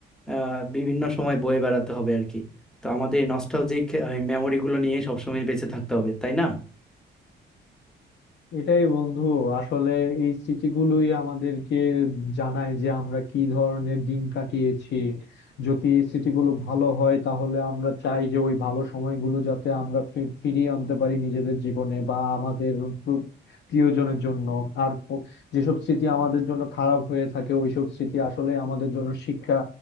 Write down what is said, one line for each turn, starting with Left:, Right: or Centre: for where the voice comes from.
Centre: আহ, বিভিন্ন সময় বয়ে বেড়াতে হবে আর কি তো আমাদের এই নস্টালজিক মেমোরিগুলো নিয়েই সবসময় বেঁচে থাকতে হবে তাই না
Left: এটাই বন্ধু আসলে এই স্মৃতিগুলোই আমাদেরকে জানায় যে আমরা কি ধরনের দিন কাটিয়েছি যদি স্মৃতিগুলো ভালো হয় তাহলে আমরা চাই যে ওই ভালো সময়গুলো যাতে আমরা ফি- ফিরিয়ে আনতে পারি নিজেদের জীবনে বা আমাদের প্র- প্রিয়জনের জন্য আর প- যেসব স্মৃতি আমাদের জন্য খারাপ হয়ে থাকে ওইসব স্মৃতি আসলে আমাদের জন্য শিক্ষা